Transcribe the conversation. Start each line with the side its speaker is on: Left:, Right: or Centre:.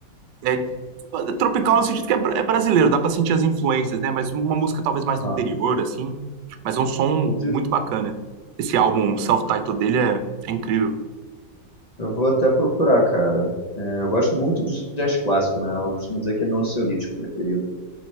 Right: é tropical no sentido que é, bra- é brasileiro, dá pra sentir as influências, né? Mas uma música talvez mais
Left: Aham.
Right: do interior, assim. Mas é um som
Left: Entendi.
Right: muito bacana. Esse álbum self-titled dele é, é incrível.
Left: Eu vou até procurar, cara. É, Eu gosto muito de jazz clássico, né? Eu costumo dizer que é meu ansiolítico preferido.